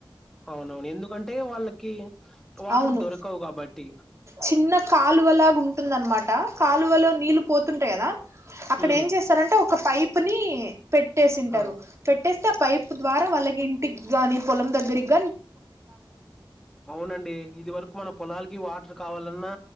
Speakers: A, in the centre; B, on the right.
A: అవునవును, ఎందుకంటే వాళ్ళకి వాటర్
B: అవును
A: దొరకవ్ గాబట్టి.
B: చిన్న కాలువలాగా ఉంటుంద్ అనమాట కాలువలో నీళ్లు పోతుంటాయ్ గదా. అక్కడ
A: ఉమ్,
B: ఏం జేసరంటే ఒక పైపుని పెట్టేసింటరు.
A: ఆ
B: పెట్టేస్తే ఆ పైప్ ద్వారా వాళ్ళక్ ఇంటి గాని పొలం దగ్గరిగ్
A: అవునండి. ఇది వరకు మన పొలాలకి వాటర్ కావాలన్నా